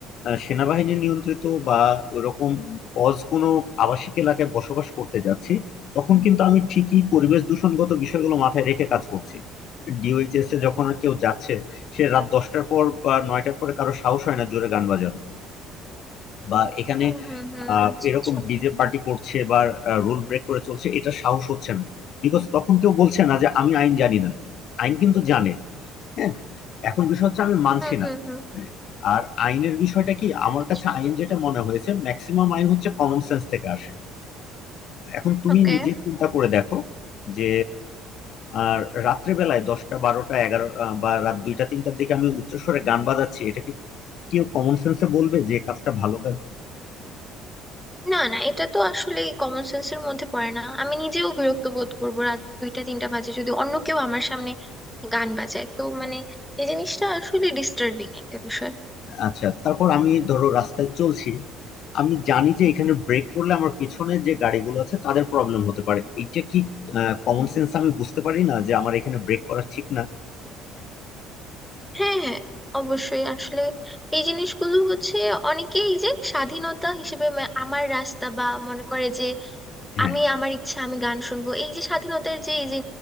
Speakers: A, on the left; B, in the centre.
A: সেনাবাহিনী নিয়ন্ত্রিত বা ওইরকম অজ কোনো আবাসিক এলাকায় বসবাস করতে যাচ্ছি তখন কিন্তু আমি ঠিকই পরিবেশ দূষণগত বিষয়গুলো মাথায় রেখে কাজ করছি ডিওএইচএস এ যখন আর কেউ যাচ্ছে সে রাত দশটার পর বা নয়টার পরে কারো সাহস হয় না জোরে গান বাজানো বা এখানে
B: হুম হুম হুম
A: আহ
B: আচ্ছা
A: এরকম
B: আচ্ছা
A: ডিজে পার্টি করছে বা রুল ব্রেক করে চলছে এটা সাহস হচ্ছে না বিকজ তখন কেউ বলছে না যে আমি আইন জানি না আইন কিন্তু জানে হ্যাঁ এখন বিষয় হচ্ছে আমি মানছি
B: হুম
A: না
B: হুম হুম
A: হ্যাঁ, আর আইনের বিষয়টা কি
B: আচ্ছা
A: আমার
B: আচ্ছা।
A: কাছে আইন যেটা মনে হয়েছে ম্যাক্সিমাম আইন হচ্ছে কমন সেন্স থেকে আসে এখন তুমি
B: ওকে
A: নিজে চিন্তা করে দেখো যে আর রাত্রে বেলায় দশটা বারোটা এগারো আহ, বা রাত দুইটা তিনটার দিকে আমি উচ্চস্বরে গান বাজাচ্ছি এটা কি কেউ কমন সেন্সে বলবে যে কাজটা ভালো কাজ
B: না না এটা তো আসলে কমন সেন্সের মধ্যে পড়ে না আমি নিজেও বিরক্ত বোধ করবো রাত দুইটা তিনটা বাজে যদি অন্য কেউ আমার সামনে গান বাজায় তো মানে এই জিনিসটা আসলে ডিস্টার্বিং একটা বিষয়
A: আচ্ছা তারপর আমি ধরো রাস্তায় চলছি আমি জানি যে এখানে ব্রেক করলে আমার পিছনে যে গাড়িগুলো আছে তাদের প্রবলেম হতে পারে এইটা কি কমন সেন্স আমি বুঝতে পারি না যে আমার এখানে ব্রেক করা ঠিক না
B: হ্যাঁ হ্যাঁ অবশ্যই আসলে এই জিনিসগুলো হচ্ছে অনেকেই এই যে স্বাধীনতা হিসেবে মা- আমার রাস্তা বা মনে করে যে
A: হ্যাঁ
B: আমি আমার ইচ্ছা আমি গান শুনবো এই যে স্বাধীনতার যে এই যে